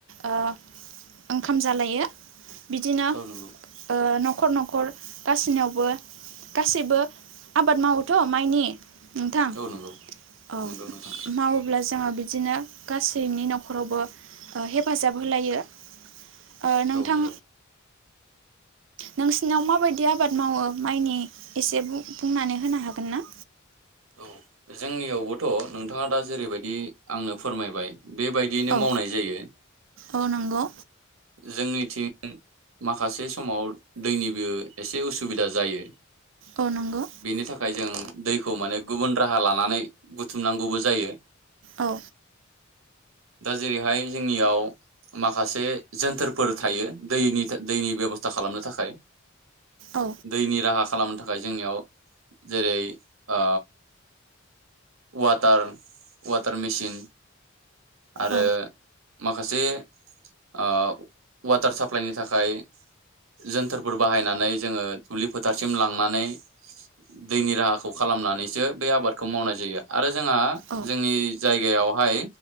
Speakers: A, on the right; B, on the right.
A: ओ ओंखाम जालायो बिदिनो ओ
B: औ नंगौ
A: नख खर नखर गासिनियावबो गासिबो आबाद मावोथ माइनि नोंथां।
B: औ नंगौ
A: औ
B: नंगौ नोंथां
A: मावोब्ला ज जोंहा बिदिनो गासैनि नखरावबो ओ हेफाजाब होलायो। ओ नोंथां।
B: औ नंगौ
A: नोंसिनाव माबायदि आबाद मावो माइनि एसे बुं बुंनानै होनो हागोन ना।
B: औ जोंनियावबोथ नोंथाङा दा जेरैबायदि आंनो फोरमायबाय। बेबायदियैनो
A: औ
B: मावनाय जायो।
A: औ नंगौ
B: जोंनिथिं माखासे समाव दैनिबो एसे उसुबिदा जायो।
A: औ नंगौ।
B: बेनि थाखाय जों दैखौ माने गुबुन राहा लानानै बुथुमनांगौबो जायो।
A: औ।
B: दा जेरैहाय जोंनियाव माखासे जोन्थोरफोर थायो दैनि दैनि बेबस्था खालामनो थाखाय।
A: औ
B: दैनि राहा। खालामनो थाखाय जोंनियाव जेरै ओ वाटार वाटार मेचिन। आरो
A: औ
B: माखासे ओ वाटार साप्लाइनि थाखाय जोनथोरफोर बाहायनानै जोङो दुब्लि फोथारसिम लांनानै दैनि राहाखौ खालामनानैसो बे आबादखौ मावनाय जायो आरो जोंहा
A: औ
B: जोंनि जाय गायावहाय